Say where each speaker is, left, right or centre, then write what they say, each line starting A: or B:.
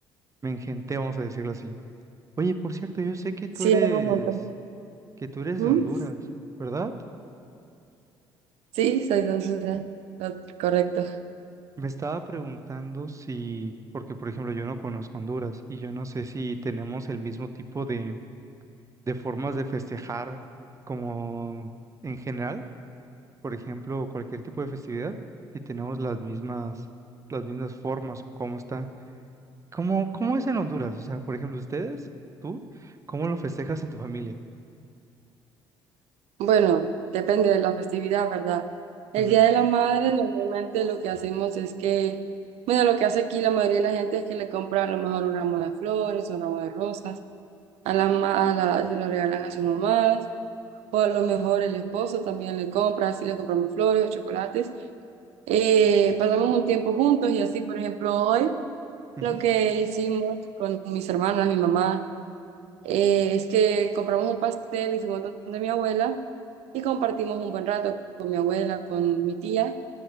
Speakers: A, on the right (about 25°); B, on the right (about 65°).
A: me engenté, vamos a decirlo así. Oye, por cierto, yo sé que tú
B: sí,
A: eres,
B: hago un montón.
A: que tú eres
B: ¿Mm?
A: de Honduras, ¿verdad?
B: Sí, soy de Honduras. No, correcto.
A: Me estaba preguntando si, porque por ejemplo yo no conozco Honduras y yo no sé si tenemos el mismo tipo de, de formas de festejar como en general. por ejemplo, cualquier tipo de festividad, si tenemos las mismas, las mismas formas o cómo está. ¿Cómo, cómo es en Honduras? O sea, por ejemplo, ustedes, tú, ¿cómo lo festejas en tu familia?
B: Bueno, depende de la festividad, ¿verdad? El
A: Ujú,
B: Día de la Madre normalmente lo que hacemos es que, bueno, lo que hace aquí la mayoría de la gente es que le compra a lo mejor un ramo de flores, un ramo de rosas. a la, ma- a la- se lo regalan a sus mamás o a lo mejor el esposo también le compra, así le compramos flores o chocolates. Eh, pasamos un tiempo juntos y así, por ejemplo, hoy
A: ujú,
B: lo que hicimos con mis hermanas, mi mamá, eh, es que compramos un pastel, hicimos donde mi abuela y compartimos un buen rato con mi abuela, con mi tía